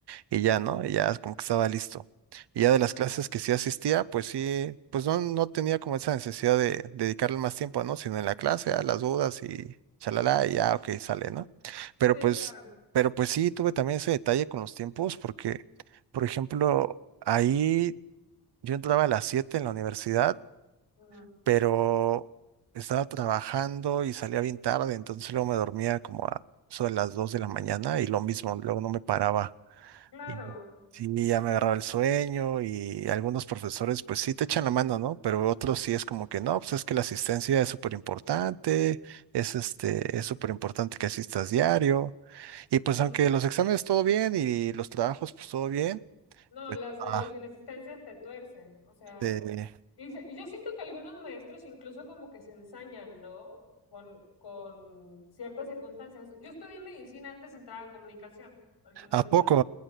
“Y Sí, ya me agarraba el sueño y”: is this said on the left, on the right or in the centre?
Right